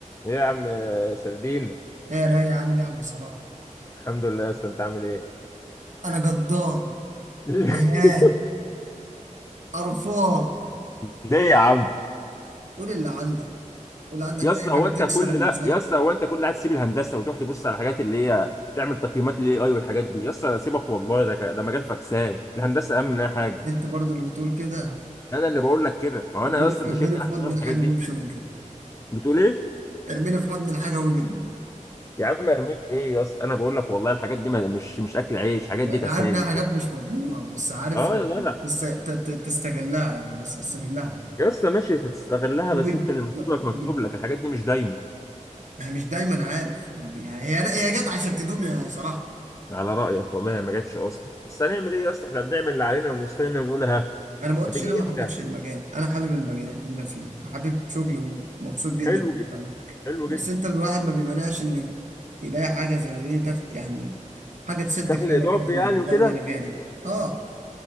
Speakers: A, on the left (about 25°); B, on the right (about 70°).
A: ايه يا عم سردين
B: ايه رايق عامل ايه يا عم صلاح
A: الحمد لله يا اسطى انت عامل ايه
B: انا جدان
A: <laughs>
B: زهقان قرفان
A: ليه يا عم
B: قول اللي عندك قول عندك
A: يا اسطى
B: اي
A: هو
B: حاجه
A: انت
B: تكسر
A: كل
B: الزهق
A: ده يا اسطى هو انت كل ده هتسيب الهندسه وتروح تبص على الحاجات اللي هي تعمل تقييمات للاي اي والحاجات دي يا اسطى سيبك والله ده ك- ده مجال فكسان الهندسه اهم منها حاجه
B: انت برضو اللي بتقول كده
A: انا اللي بقول لك كده ما هو
B: ارميني
A: انا يا اسطى انت
B: ارميني
A: شايفني رايح
B: في
A: اشتغل
B: حضن
A: في
B: الحاجه
A: الحاجات دي
B: وامشي واجري
A: بتقول ايه
B: ارميني في حضن الحاجه واجري
A: يا عم ارميك ايه يا اسطى انا بقول لك والله الحاجات دي ما- مش مش اكل عيش الحاجات
B: انا
A: دي تسالي
B: عارف انها حاجات
A: كده
B: مش مضمونه بس عارف
A: اه
B: إن
A: يا جدع
B: تست- ت- ت- تستغلها يعني بس استغلها
A: يا اسطى ماشي هتستغلها
B: ما
A: بس
B: بيج...
A: انت اللي مكتوب
B: لا
A: لك مكتوب
B: ما بيج...
A: لك الحاجات دي مش دايما
B: ما هي مش دايما عارف ما بي... يعني هي هي جت عشان تدوم يا صلاح
A: على رأيك والله ما جاتش أصلا بس هنعمل إيه يا اسطى إحنا بنعمل اللي علينا ونستنى ونقول ها
B: انا ما قلتش
A: هتيجي
B: إن انا ما حبيتش
A: إمتى
B: المجال انا حابب المجال اللي انا فيه وحابب شغلي ومبسوط جدا
A: حلو
B: في اللي
A: جدا
B: بعمله
A: حلو
B: بس
A: جدا
B: انت الواحد ما بيمنعش ان يلاقي حاجه زي ايه ضغط يعني حاجه تسد
A: دخل
B: خانه
A: إضافي
B: كده في
A: يعني
B: الزمن
A: وكده
B: اللي احنا فيها دي اه